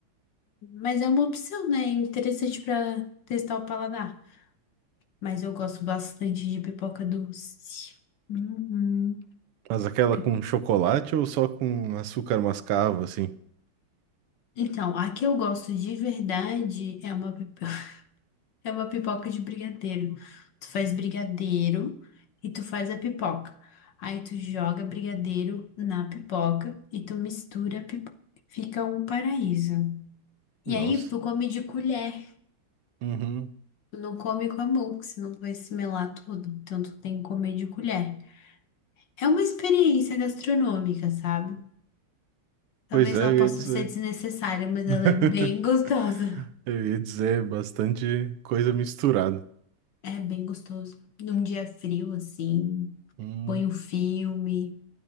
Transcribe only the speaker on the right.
Mas aquela
com chocolate ou só com açúcar mascavo, assim?
Nossa.
Uhum.
Pois é,
eu ia
dizer.
<laughs>
Eu ia dizer bastante coisa misturada.
Hum.